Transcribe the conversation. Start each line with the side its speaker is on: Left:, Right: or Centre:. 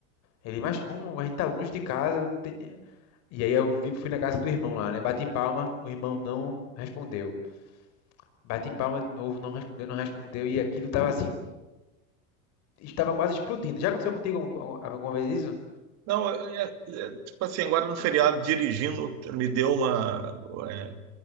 Left: Ele, mas como? A gente tá longe de casa. Não tem... E aí eu vi- fui na casa do irmão lá, né? Bati palma, o irmão não respondeu. Bati palma de novo, não respondeu, não respondeu. E aquilo tava assim, estava quase explodindo. Já aconteceu contigo alguma vez isso?
Right: Não, é- é- é, tipo assim, agora no feriado, dirigindo, me deu uma. é,